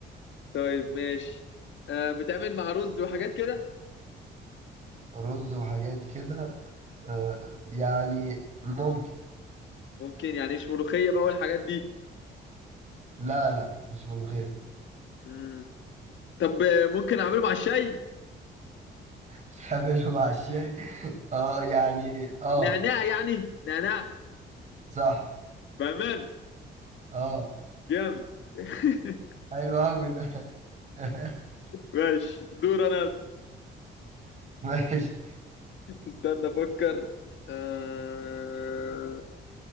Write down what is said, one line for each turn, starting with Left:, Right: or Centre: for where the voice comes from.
Left: طيب ماشي آه، بتعمل مع رز وحاجات كده
Right: رز وحاجات كده أه يعني ممكن
Left: ممكن يعني مش ملوخية بقى والحاجات دي
Right: لا لا مش ملوخية
Left: مم. طب آه، ممكن اعمله مع الشاي
Right: <laughs> تعمله مع الشاي اه يعني اه
Left: نعناع يعني نعناع
Right: صح
Left: بأمانة
Right: اه
Left: جامد <laughs>
Right: حلو قوي ده <laughs>
Left: ماشي دور انا
Right: ماشي
Left: استنى افكر آه...